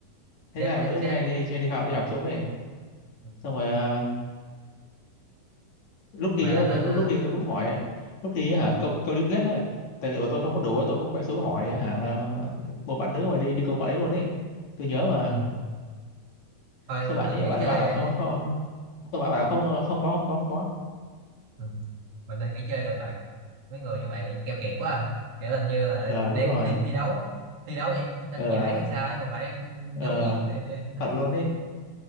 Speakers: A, on the left; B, on the right.
A: thế
B: chết
A: này
B: chết
A: bạn nữ
B: chết
A: hay đi hay đi học đi học chung ấy
B: Ừ.
A: xong rồi ờ, lúc thi
B: vậy là
A: á
B: nên
A: tôi lúc,
B: ờ,
A: lúc thi tôi cũng hỏi lúc thi á, hả câu câu lý thuyết đó tài liệu của tôi không có đủ á, tôi cũng quay xuống hỏi hả một bạn nữ mà đi đi cùng bạn ấy luôn ấy tôi nhớ mà
B: ừ. thôi
A: sao
B: mình
A: bạn
B: nên
A: ấy
B: nghỉ
A: bạn
B: chơi
A: ấy bảo là không không tôi bảo bạn là không không có không có không có
B: ừ. mình nên nghỉ chơi được rồi mấy người như vậy keo kiệt quá à. kiểu làm như là
A: ờ đúng
B: đang
A: rồi
B: thi thi đấu thi đấu giải tranh
A: ờ
B: giải hay sao ấy mà phải
A: ờ
B: giấu giếm cái này kia
A: thật luôn ấy